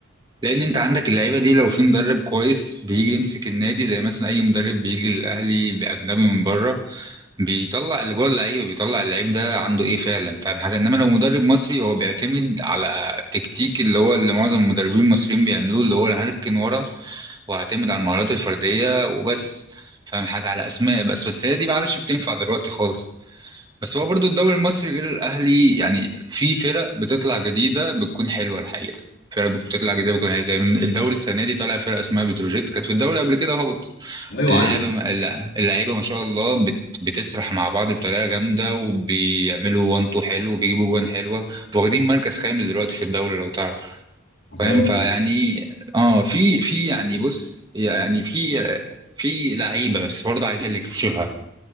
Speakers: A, on the right; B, on the left.
A: لان انت عندك اللعيبه دي لو في مدرب كويس بيجي يمسك النادي زي مثلا اي مدرب بيجي للاهلي باجنبي من بره بيطلع اللي جوه اللعيبه بيطلع اللعيب ده عنده ايه فعلا فاهم حاجه انما لو مدرب مصري هو بيعتمد على تكتيك اللي هو اللي معظم المدربين المصريين بيعملوه اللي هو انا هركن ورا واعتمد على المهارات الفرديه وبس فاهم حاجه على اسماء بس بس هي دي ما عادش بتنفع دلوقتي خالص بس هو برضو الدوري المصري غير الاهلي يعني في فرق بتطلع جديده بتكون حلوه الحقيقه فرق بتطلع جديده بتكون حلوه زي من الدوري السنه دي طالع فرقه اسمها بتروجيت كانت في الدوري قبل كده هبط
B: ايوه
A: اللعبه
B: عارف
A: ما... لا اللعيبه ما شاء الله بت... بتسرح مع بعض بطريقه جامده وبيعملوا وان تو حلو وبيجيبوا جوان حلوه واخدين مركز خامس دلوقتي في الدوري لو تعرف
B: الله
A: فاهم فيعني اه في في يعني بص يعني في في لعيبه بس برضه عايزين اللي يكتشفها